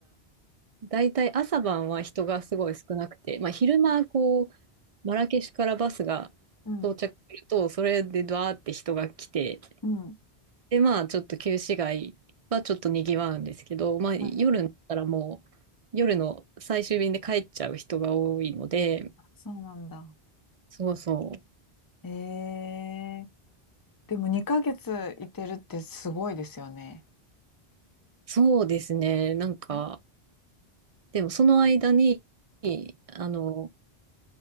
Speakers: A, on the right (about 55°); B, on the left (about 25°).
A: 大体朝晩は人がすごい少なくて、まあ、昼間こうマラケシュからバスが到着するとそれでドワーって人が来て
B: うん。うん
A: でまあちょっと旧市街はちょっとにぎわうんですけど、まあ、夜になったらもう夜の最終便で帰っちゃう人が多いので
B: はいあそうなんだ。
A: そうそう
B: ええ。でも2ヶ月いてるってすごいですよね。
A: そうですねなんか
B: ん
A: でもその間にあの